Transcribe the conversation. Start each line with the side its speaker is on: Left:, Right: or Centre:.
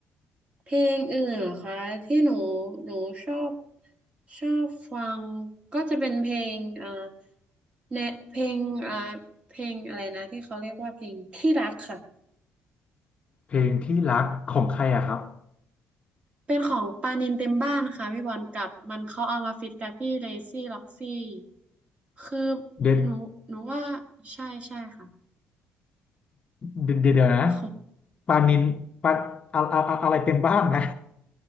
Right: เพลงอื่นเหรอคะที่หนูหนูชอบชอบฟังก็จะเป็นเพลงอ่าแนเพลงอ่าเพลงอะไรนะที่เขาเรียกว่าเพลงที่รักค่ะ
Left: เพลงที่รักของใครอะครับ
Right: เป็นของปานินเต็มบ้านค่ะพี่บอลกับมันเขาเอามาฟิตกับพี่เลซี่ล็อกซี่คือ
Left: เด็ด
Right: หนูหนูว่าใช่ใช่ค่ะ
Left: เดี๋ยวเดี๋ยวเดี๋ยวนะ
Right: ของ
Left: ปานินปาอะอะอะอะไรเต็มบ้านนะ